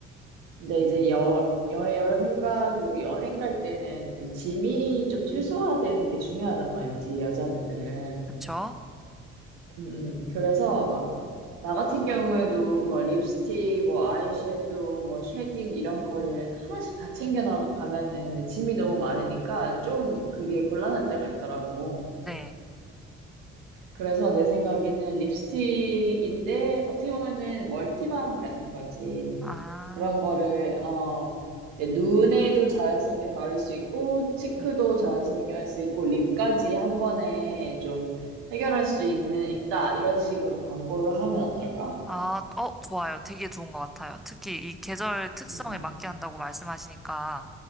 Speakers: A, on the right (about 75°); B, in the centre.
A: 근데 이제 여, 여해 여름 휴가 그리고 여행 갈 때는 이제 짐이 좀 최소화되는 게 중요하단 말이지, 여자분들은.
B: 그쵸?
A: 음, 음. 그래서 막 나 같은 경우에도 뭐 립스틱, 뭐 아이섀도우, 뭐 쉐딩 이런 거를 하나씩 다 챙겨나가면은 이제 짐이 너무 많으니까 좀 그게 곤란할 때가 있더라고.
B: 네.
A: 그래서 내 생각에는 립스틱인데 어떻게 보면은 멀티밤 같은 거지.
B: 아,
A: 그런 거를 어 이제 눈에도 자연스럽게 바를 수 있고 치크도
B: 네.
A: 자연스럽게 할 수 있고 립까지 한 번에 좀 해결할 수 있는 있다 이런 식으로 광고를 하면 어떨까?
B: 아, 어, 좋아요. 되게 좋은 것 같아요. 특히 이 계절 특성에
A: 음,
B: 맞게 한다고 말씀하시니까